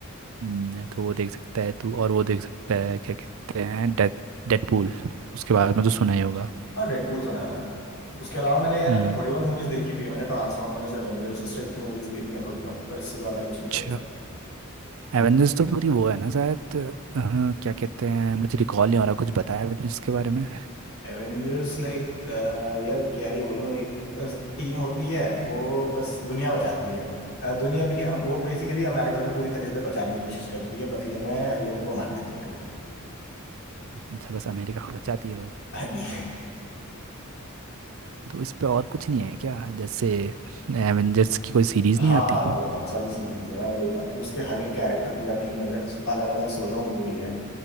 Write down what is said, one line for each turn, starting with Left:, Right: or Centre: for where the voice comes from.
Right: सकता तो वो देख सकता है तू और वो देख सकता है क्या कहते हैं डेथ डेडपूल उसके बारे में तो सुना ही होगा
Left: हाँ डेडपूल सुना है उसके अलावा मैंने यार
Right: हम्म।
Left: थोड़ी बहुत मूवीज देखी भी है मैंने ट्रांसफॉर्मर्स एवेंजर्स इस टाइप की मूवीज देखी हैं थोड़ी बहुत पर इससे ज्यादा कुछ नहीं देखा
Right: अच्छा एवेंजर्स तो पूरी वो है ना शायद अ, क्या कहते हैं मुझे रिकॉल नहीं हो रहा कुछ बताया एवेंजर्स के बारे में
Left: एवेंजर्स लाइक यार क्या ही बोलूं एक टीम होती है वो बस दुनिया बचाती है अ, दुनिया भी क्या वो बेसिकली अमेरिका को पूरी तरीके से बचाने की कोशिश करती है बदले में लोगों को मार देती है कभी कभी
Right: अच्छा बस अमेरिका को बचाती है वो
Left: हाँ जी
Right: तो इस पे और कुछ नहीं है क्या जैसे एवेंजर्स की कोई सीरीज
Left: हाँ
Right: नहीं आती
Left: बहुत सारी सीरीज है लाइक उसके हर एक कैरेक्टर की अपनी अगर अलग अलग सोलो मूवी है